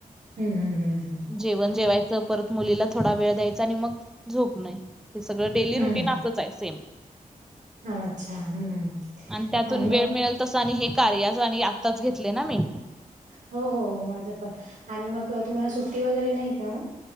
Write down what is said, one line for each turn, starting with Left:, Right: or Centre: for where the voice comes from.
Right: हम्म हम्म हम्म
Centre: जेवण जेवायचं परत मुलीला थोडा वेळ द्यायचा आणि मग झोप नाही, हे सगळं डेली
Right: हम्म
Centre: रुटीन असंच आहे सेम.
Right: अच्छा हम्म
Centre: त्यातून
Right: आणि मग?
Centre: वेळ मिळेल तसं आणि हे कार्याचं आणि आत्ताच घेतले ना मी
Right: हो हो माझं पण आणि मग तुम्हाला सुट्टी वगैरे नाही का मग?